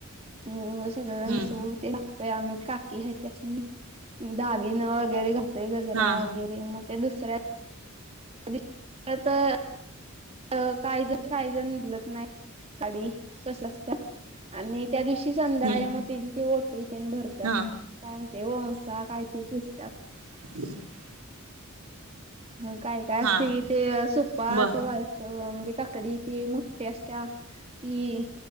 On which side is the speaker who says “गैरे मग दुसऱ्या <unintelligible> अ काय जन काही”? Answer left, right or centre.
Right